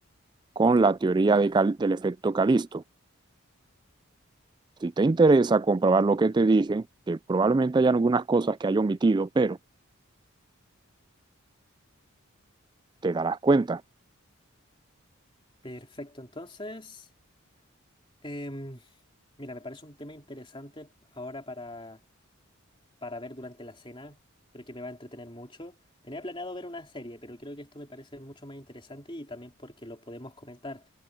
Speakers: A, on the right (about 20°); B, on the left (about 25°).
A: con la teoría de Cal- del efecto Calisto. Si te interesa comprobar lo que te dije, que probablemente haya algunas cosas que haya omitido, pero te darás cuenta.
B: Perfecto, entonces. Em, mira, me parece un tema interesante ahora para, para ver durante la cena. Creo que me va a entretener mucho. Tenía planeado ver una serie, pero creo que esto me parece mucho más interesante y también porque lo podemos comentar.